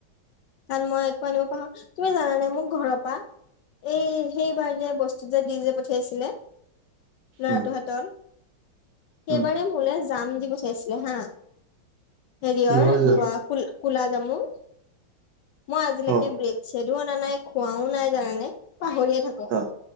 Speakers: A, on the left; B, on the right.
A: কাৰণ মই একো আনিব পাৰো, তুমি জানানাই মোৰ ঘৰৰ পৰা এই সেইবাৰ যে বস্তু যে দি যে পঠিয়াইছিলে। ল'ৰাটো
B: উম
A: হাতত সেইবাৰে
B: উম
A: মোলে। যাম দি পথাইছিলে হা হেৰিয়ৰ
B: কিহৰ যাম
A: ব ক কোলা জামু। মই আজিলৈকে
B: অ
A: ব্ৰেড-চেডও অনা নাই খোৱাও নাই জানানে? পাহৰিয়ে থাকো
B: অ